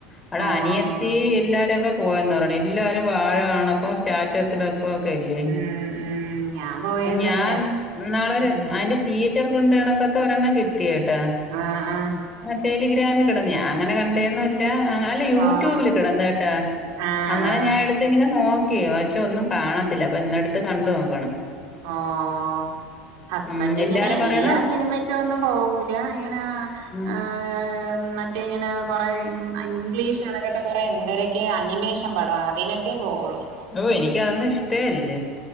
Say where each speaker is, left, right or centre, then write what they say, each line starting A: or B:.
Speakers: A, on the left; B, on the right.
A: അവിടെ
B: ഓ
A: അനിയത്തി
B: ഓ
A: എല്ലാരൊക്കെ പോയെന്ന് പറയണ് എല്ലാരും വാഴ കാണപ്പം സ്റ്റാറ്റസിടു ക്കോക്കെല്ലേ
B: ഉം ഉം ഞാൻ പോയൊന്നുല്ല
A: ഞാൻ ഇന്നാളൊരു
B: ഉം
A: ആന്റി തീയേറ്റർ കൊണ്ടണൊക്കത്ത ഒരെണ്ണം കിട്ടിയേട്ടാ
B: ആഹ് ആഹ്
A: ആഹ് ടെലിഗ്രാമി കെടന്നയാ അങ്ങനെ കണ്ടേന്ന് <unintelligible> അല്ല
B: ആഹ്
A: യൂട്യൂബില് കെടന്ന കേട്ടാ
B: ആഹ്
A: അങ്ങനെ
B: ആഹ്
A: ഞാൻ എട് ത്ത്ങ്ങനെ നോക്കി പക്ഷെ ഒന്നും കാണത്തില്ല അപ്പൊ ഇന്നടുത്ത് കണ്ടു നോക്കണം
B: ആഹ് ഹസ്ബൻഡ്
A: ഉം എല്ലാരും
B: ഇങ്ങനെ എല്ലാ
A: പറയണ
B: സിനിമ ക്കൊന്നും പോകൂല്ല ഇങ്ങനെ
A: ഉം
B: ഹാഹ്... മറ്റേ ഇങ്ങനെ കൊറെ ഇംഗ്ലീഷ് അതൊക്കെ കുറേ ന്തരെ ക്കെ അനിമേഷൻ പടാ അതിനൊക്കെ പോവുള്ളു.
A: ഓഹ് എനിക്ക് അതൊന്നും ഇഷ്ടേ ല്ല